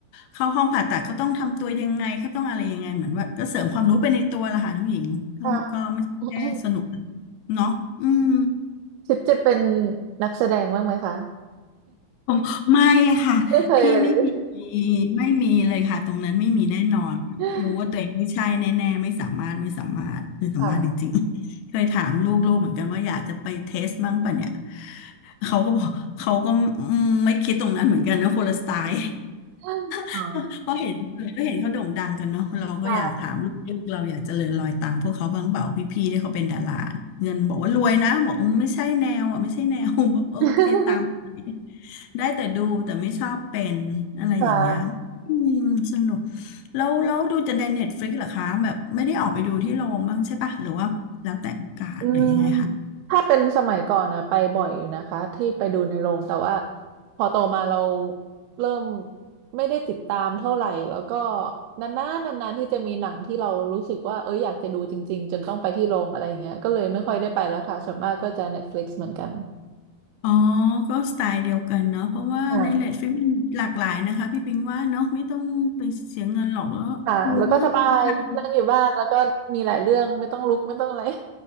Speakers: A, on the left; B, on the right.
A: เข้าห้องผ่าตัดเขาต้องทำตัวยังไงเขาต้องอะไรยังไงเหมือนว่าก็เสริมความรู้ไปในตัวละค่ะน้องหญิงก็ก็ไม่ใช่แค่สนุก
B: ค่ะ <coughs>
A: เนาะอืม
B: คิดจะเป็นนักแสดงบ้างไหมคะ
A: อ๋อไม่ค่ะพี่ไม่มี
B: <laughs> ไม่เคยเลย
A: ไม่มีเลยค่ะตรงนั้นไม่มีแน่นอนรู้ว่าตัวเองไม่ใช่แน่ๆไม่สามารถไม่สามารถไม่สามารถจริงๆเคยถามลูกๆเหมือนกันว่าอยากจะไปเทสบ้างปะเนี่ย
B: <laughs> ค่ะ
A: เขาก็บอกเขาก็อืมไม่คิดตรงนั้นเหมือนกันนะคนละสไตล์
B: <laughs> อ๋อ
A: <laughs> เพราะเห็นก็เห็นเขาโด่งดังกันเนาะเราก็อยากถามลูกๆเราอยากเจริญรอยตามพวกเขาบ้างเปล่าพี่ๆที่เขาเป็นดาราเงินบอกว่ารวยนะบอกอืมไม่ใช่แนวอ่ะไม่ใช่แนว
B: ค่ะ
A: <laughs> บอกโอเคตามไป
B: <laughs>
A: ได้แต่ดูแต่ไม่ชอบเป็นอะไรอย่างเงี้ย
B: ค่ะ
A: อืมสนุกแล้วแล้วดูจะในเน็ตฟลิกซ์เหรอคะแบบไม่ได้ออกไปดูที่โรงบ้างใช่ปะหรือว่าแล้วแต่โอกาสหรือยังไงคะ
B: อืมถ้าเป็นสมัยก่อนนะไปบ่อยอยู่นะคะที่ไปดูในโรงแต่ว่าพอโตมาเราเริ่มไม่ได้ติดตามเท่าไหร่แล้วก็นานๆนานๆที่จะมีหนังที่เรารู้สึกว่าเอ้ยอยากจะดูจริงๆจนต้องไปที่โรงอะไรอย่างเงี้ยก็เลยไม่ค่อยได้ไปแล้วค่ะส่วนมากก็จะเน็ตฟ t ิกซ์เหมือนกัน
A: อ๋อ ก็สไตล์เดียวกันเนาะเพราะว่าในเลดฟลิปมันหลากหลายนะคะพี่ปิงว่าเนาะไม่ต้องไปเสียเงินหรอกแล้วมันก็ต้องเป็นทาง
B: อ่าค่ะแล้วก็สบายนั่งอยู่บ้านแล้วก็มีหลายเรื่องไม่ต้องลุกไม่ต้องอะไร